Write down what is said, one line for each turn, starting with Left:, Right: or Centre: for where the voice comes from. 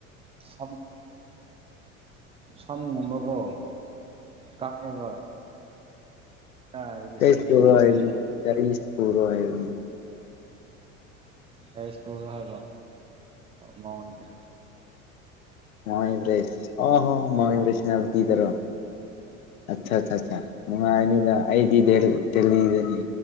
Right: ꯑ ꯐꯝꯒꯨꯝꯕꯀꯣ ꯀꯛꯑꯦꯕ ꯀꯥꯏꯗꯒꯤ
Left: ꯀꯩ
Right: ꯏꯁꯇ꯭ꯔꯤꯛ
Left: ꯄꯨꯔꯣ
Right: ꯌꯥꯝ
Left: ꯍꯥꯏꯅꯤ
Right: ꯑꯣꯏꯃꯜꯂꯦ
Left: ꯀꯔꯤ ꯄ ꯄꯨꯔ ꯍꯥꯏꯅꯤ
Right: ꯀꯁꯀ ꯍꯥꯏꯕ ꯃꯉ ꯑꯣꯏꯗ
Left: ꯃꯕ꯭ꯔꯦꯁ ꯑꯣ ꯍꯣ ꯃꯕ꯭ꯔꯦꯁꯅꯕꯨꯗꯤꯤꯗꯔꯣ
Right: ꯑꯣ
Left: ꯑꯠꯆꯥ ꯑꯠ ꯑ ꯅꯨꯡꯉꯥꯏꯅꯤꯗ ꯑꯩꯗꯤ ꯗꯦꯜꯂꯤꯗꯅꯤ